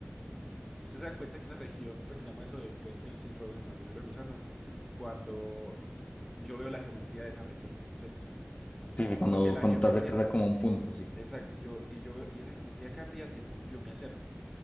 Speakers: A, in the centre; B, on the left.
A: usted se da cuenta que una región, pues se llama eso de un puente Eysenck-Rosen o agujero de gusano, cuando yo veo la geometría de esa región, ¿cierto?
B: Sí, cuando,
A: Solo que la
B: cuando
A: geometría,
B: te acercas a como a un punto, sí.
A: exacto, y yo, y yo veo- y esa geometría cambia según yo me acerco.